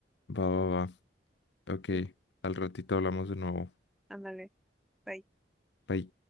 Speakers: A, on the left; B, in the centre.
A: Va, va, va. Ok,
B: Sí.
A: al ratito hablamos de nuevo.
B: Ándale. bye.
A: Bye.